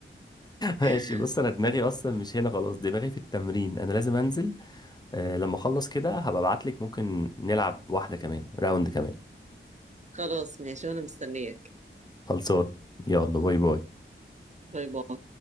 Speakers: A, on the right (about 35°); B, on the left (about 20°).
A: <laughs>
B: ماشي بص انا دماغي اصلا مش هنا خلاص دماغي في التمرين انا لازم انزل آه لما اخلص كده هبقى ابعتلك ممكن نلعب واحدة كمان راوند كمان
A: خلاص ماشي وانا مستنياك
B: خلصان يلا باي باي
A: باي باي